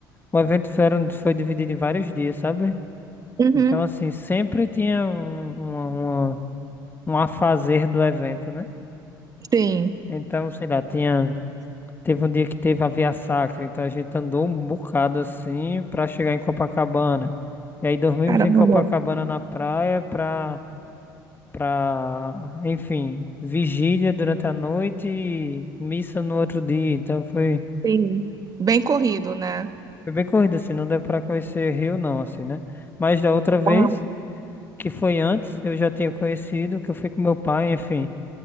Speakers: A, on the left; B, on the right.
A: O evento foi, foi dividido em vários dias, sabe?
B: Uhum,
A: Então, assim, sempre tinha um, uma, uma- um afazer do evento, né?
B: sim.
A: Então, sei lá, tinha. Teve um dia que teve a Via Sacra, então a gente andou um bocado assim pra chegar em Copacabana. E aí dormimos
B: Caramba.
A: em Copacabana na praia pra. pra, enfim, vigília durante a noite e missa no outro dia. Então foi,
B: Sim. Bem corrido, né?
A: foi bem corrido, assim, não deu para conhecer Rio, não, assim, né? Mas da outra vez,
B: Ah,
A: que foi antes, eu já tinha conhecido, que eu fui com meu pai, enfim.